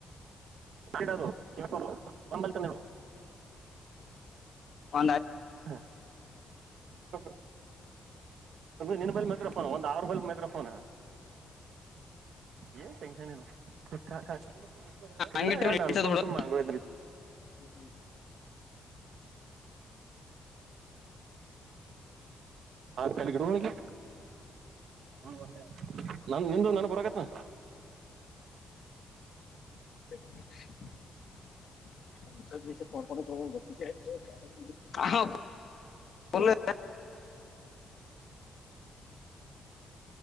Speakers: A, on the right; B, on the left.
A: ಕದು ಅಂಬಲ್ ತನ
B: ಒಂದಾಯ್ತು
A: ಹಾ ಹ ಒ ನಿ ಬೈಲ್ ಮೈಕ್ರೋಫೋನ್ ಒಂದ್ ಆರುಬೈಲ್ ಮೈಕ್ರೋಫೋನ್ ಏನ್ ಟೆನ್ಷನ್ ಇಲ್ಲ ಕ
B: ಹಂಗಿಟ್ರೆ
A: ಇಡ ಎರಡು
B: ನಡೀತದ
A: ಆಲ್ಫಾಮ್ಸು
B: ಬಿಡು
A: ಮ್ಯಾಂಗೋ <inaudible>
B: <unintelligible>
A: ಆ ಕಲಿಗಡ ಹಳಗೆ <inaudible> ನ ನಿ್ದು ನ ಬರಕತೆ <inaudible>
B: ಪ <inaudible>